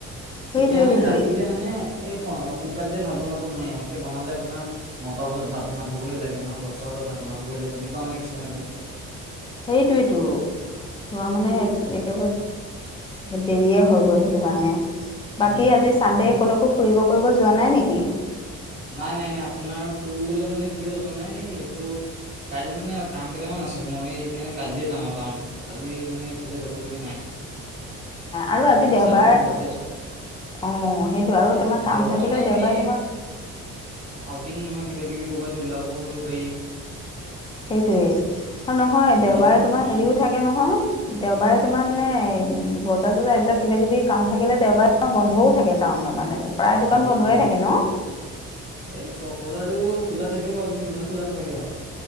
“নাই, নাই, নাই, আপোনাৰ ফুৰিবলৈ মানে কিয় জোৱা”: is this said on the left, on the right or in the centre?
Right